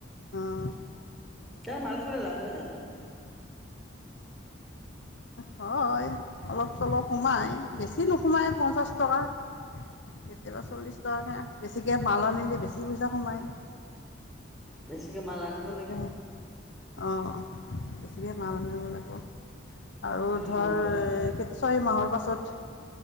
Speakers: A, on the left; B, in the centre.
A: আহ
B: কাৰণ মাল খালাৰ লাভ হয় জানো <unintelligible>
A: হয় অলপ চলপ সোমাই বেছি নোসোমায় পঞ্চাছ টকা কেতিয়াবা চল্লিছ টকাকৈ বেছিকৈ মাল আনিলে বেছি পইচা সোমায় <unintelligible>
B: বেছ গতিকে মাল আনিব
A: এনেকৈ
B: লাগিব
A: অঁ বেছিকৈ মাল সনিব লাগিব <unintelligible> আৰু ধৰ
B: হয় দে
A: কে <unintelligible> ছয় মাহৰ পাছত